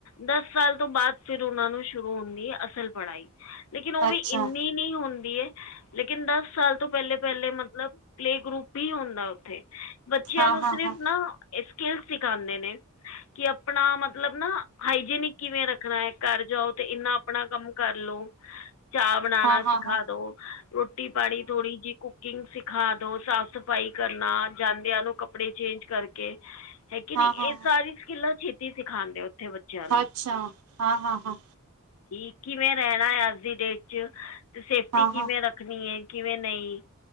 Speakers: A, on the left; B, on the right.
A: ਦਸ ਸਾਲ ਤੋਂ ਬਾਦ ਫਿਰ ਉਹਨਾਂ ਨੂੰ ਸ਼ੁਰੂ ਹੁੰਦੀ ਹੈ ਅਸਲ ਪੜ੍ਹਾਈ। ਲੇਕਿਨ ਉਹ ਵੀ
B: ਅੱਛਾ
A: ਇੰਨੀ ਨਹੀਂ <unintelligible> ਲੇਕਿਨ ਦਸ ਸਾਲ ਤੋਂ ਪਹਿਲੇ ਪਹਿਲੇ ਮਤਲਬ ਪਲੇ ਗਰੁੱਪ ਹੀ ਹੁੰਦਾ। ਉੱਥੇ ਬੱਚਿਆਂ
B: ਹਾਂ-ਹਾਂ-ਹਾਂ
A: ਨੂੰ ਸਿਰਫ਼ ਨਾ ਐ ਸਕਿਲ ਸਿੱਖਾਂਦੇ ਨੇ। ਕਿ ਆਪਣਾ ਮਤਲਬ ਨਾ ਹਾਈਜੀਨਿਕ ਕਿਵੇਂ ਰੱਖਣਾ ਹੈ ਘਰ ਜਾਓ ਤੇ ਇੰਨਾ ਆਪਣਾ ਕੰਮ ਕਰ ਲੋ। ਚਾਹ ਬਣਾਣਾ
B: ਹਾਂ-ਹਾਂ-ਹਾਂ
A: ਸਿਖਾ
B: ਹਾਂ-ਹਾਂ
A: ਦੋ ਰੋਟੀ ਪਾਣੀ ਥੋੜੀ ਜਿ ਕੁਕਿੰਗ ਸਿਖ, ਸਿਖਾ ਦੋ ਸਾਫ਼ ਸਫ਼ਾਈ ਕਰਨਾ ਜਾਂਦਿਆਂ ਨੂੰ ਕੱਪੜੇ ਚੇਂਜ ਕਰਕੇ, ਹੈ ਕਿ
B: ਹਾਂ-ਹਾਂ-ਹਾਂ
A: ਨਹੀਂ ਇਹ ਸਾਰੀ ਸਕਿਲਾਂ ਸ਼ੇਤੀ ਸਿੱਖ। ਖਾਂਦੇ ਉੱਥੇ ਬੱਚਿਆਂ ਨੂੰ।
B: ਅੱਛਾ ਹਾਂ-ਹਾਂ-ਹਾਂ
A: ਕਿ ਕਿਵੇਂ ਰਹਿਣਾ ਹੈ ਅੱਜ ਦੀ ਡੇਟ 'ਚ ਅਤੇ ਸੇਫਟੀ
B: ਹਾਂ-ਹਾਂ-ਹਾਂ
A: ਕਿਵੇਂ ਰੱਖਣੀ ਏ, ਕਿਵੇਂ ਨਹੀਂ